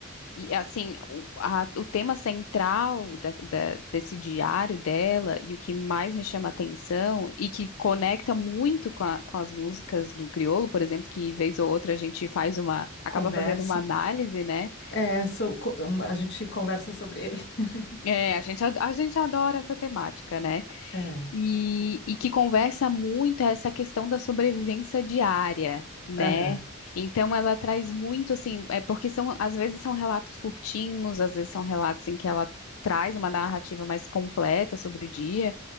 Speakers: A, on the left (about 80°); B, on the left (about 55°).
A: E assim, o, a- o tema central da- da- desse diário dela e o que mais me chama atenção e que conecta muito com, a- com as músicas do Criolo, por exemplo, que vez ou outra a gente faz uma, acaba
B: Conversa.
A: fazendo uma análise, né?
B: É, sou- co- um, a gente conversa sobre ele. <laughs>
A: É, a gente, ad- a gente adora essa temática, né?
B: É.
A: E, e que conversa muito essa questão da sobrevivência diária, né?
B: Aham.
A: Então ela traz muito assim, é porque são às vezes são relatos curtinhos, às vezes são relatos em que ela traz uma narrativa mais completa sobre o dia